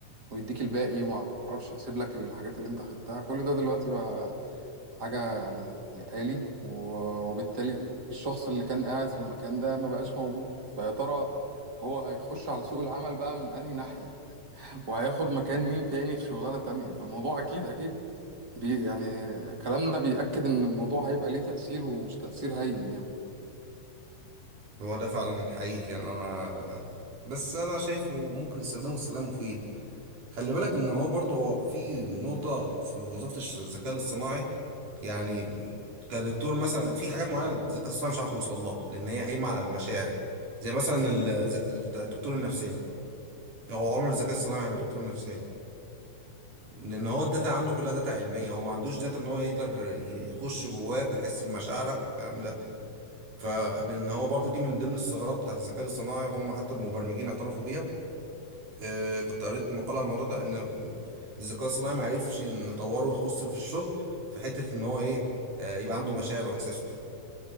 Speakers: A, on the right; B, on the right.
A: ويديك الباقي وما اعرفش يحسب لك الحاجات اللي انت خدتها كل ده دلوقتي بقى حاجة يعني آلي و- وبالتالي الشخص اللي كان قاعد في المكان ده ما بقاش موجود فيا ترى هو هيخش على سوق العمل بقى من أنهي ناحية وهياخد مكان مين تاني في شغلانة تانية فالموضوع أكيد أكيد بي يعني كلامنا بيأكد إن الموضوع هيبقى ليه تأثير ومش تأثير هين يعني
B: هو ده فعلا حقيقي يعني انا بس انا شايفه ممكن استخدامه استخدام مفيد خلي بالك ان هو برضه هو في نقطة في وظيفة الش- الذكاء الاصطناعي يعني كدكتور مثلا في حاجات معينة الذكاء الاصطناعي مش عارف يوصل لها لان هي قايمة على المشاعر زي مثلا ال- الذ- الدكتور النفساني هو عمر الذكاء الاصطناعي ما هيبقى دكتور نفساني لان هو الداتا عنده كلها داتا علمية هو ما عندوش داتا ان هو يقدر يخش جواك ويحس بمشاعرك والكلام ده فلان هو برضه دي من ضمن الثغرات بتاعت الذكاء الاصطناعي هم حتى المبرمجين اعترفوا بيها آه، كنت قريت مقالة على الموضوع ده ان الذكاء الصناعي معرفش نطوره ويخص في الشغل في حتة ان هو ايه آه، يبقى عنده مشاعر واحساس وكده